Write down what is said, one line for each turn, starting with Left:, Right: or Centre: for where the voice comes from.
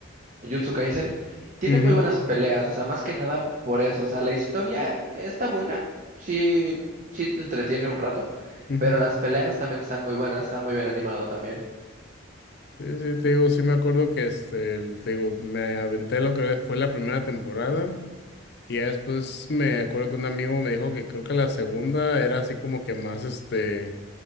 Right: Jujutsu Kaisen. Tiene
Left: Ujú,
Right: muy buenas peleas, o sea, más que nada por eso. O sea, la historia está buena, sí, sí te entretiene un rato,
Left: ujú.
Right: pero las peleas también están muy buenas, está muy bien animado también.
Left: Sí, sí, te digo, sí me acuerdo que este, el- te digo, me aventé lo que fue la primera temporada y ya después me acuerdo que un amigo me dijo que creo que la segunda era así como que más este,